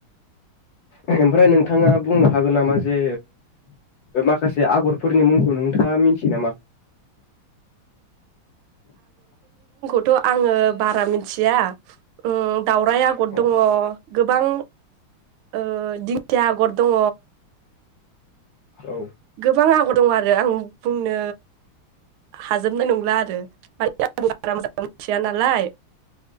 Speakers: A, on the left; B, on the right.
A: ओमफ्राय नोंथाङा बुंनो हागोन नामा जे माखासे आगरफोरनि मुंखौ नोंथाङा मिथियो नामा?
B: थ आङो बारा मिथिया उम दाउराय आगर
A: औ
B: दङ गोबां ओ दिं खिया आगर दङ
A: औ
B: गोबां आगर दङ आरो आं बुंनो हाजोबनाय नंला आरो माने आं बारा मोजां मिथिया नालाय